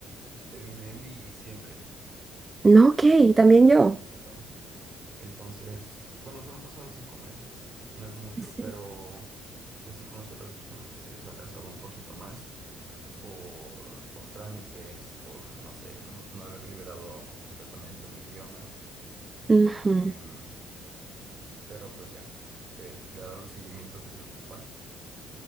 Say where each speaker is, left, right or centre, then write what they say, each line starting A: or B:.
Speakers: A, on the right (about 35°); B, on the right (about 20°).
A: terminé en diciembre.
B: No,
A: de-
B: ok, también
A: del año
B: yo.
A: pasado. Entonces, bueno, solo han pasado cinco meses, no es mucho,
B: Sí.
A: pero pues sí conozco otras personas que se les ha atrasado un poquito más por, por trámites, por, no sé, n- no haber liberado completamente un idioma.
B: Ujú,
A: Em, pero pues ya, creo que le he dado el seguimiento que se ocupa.